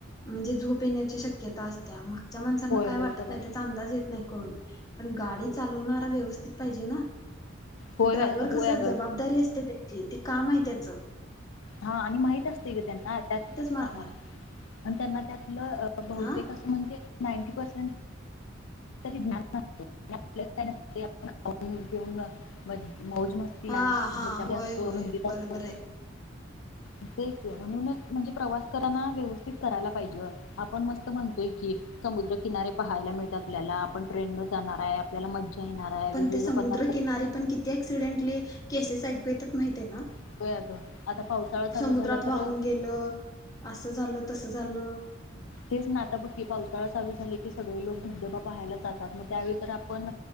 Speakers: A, on the left; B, on the left.
A: म्हणजे झोप येण्याची शक्यता असत्या म्ह च्या माणसांना
B: होय
A: काय वाटत
B: होय बरोबर
A: नाई त्याचा अंदाज येत नाही कळून पण गाडी चालवणारा व्यवस्थित पाहिजे ना?
B: होय
A: ड्रायव्हर
B: होय
A: कस
B: अगं
A: जबाबदारी असते त्याची ते काम आहे त्याच
B: हा आणि माहित असतय ग त्यांना त्यात <unintelligible>
A: मारणार
B: आणि त्यांना त्यातलं अ बहुतेक
A: हा
B: असं म्हणजे नाईंन्टी परसेंन्ट तरी ज्ञान लागतय आणि आपल्यात काय नसतय आपण खाऊन, पिऊन, मज मौज मस्ती
A: हा
B: <unintelligible> ह्याच्या
A: हा होय
B: <unintelligible> असतो,
A: होय
B: रुंदीत
A: बरोबर
B: असतो
A: आहे
B: हु तेच की म्हणूनच म्हणजे प्रवास कराना व्यवस्थित करायला पाहिजे अ, आपण मस्त म्हणतोय की समुद्र किनारे पाहायला मिळत आपल्याला, आपण ट्रेन न जाणार आय, आपल्याला मज्जा येणार आहे
A: पण
B: वेगवेगळे
A: त्या समुद्रकिनारी
B: पदार्थ
A: पण किती ऍक्सिडेंटली केसेस ऐकू येतात माहित ते ना,
B: खातोय अगं. आता पावसाळा चालू
A: समुद्रात
B: झाला
A: वाहून
B: तर
A: गेलं, आस झाल तस झालं
B: तेच ना आता बघ की, पावसाळा चालू झाले की सगळे लोक धबधबा पाहायला जातात, मग त्यावेळी तर आपण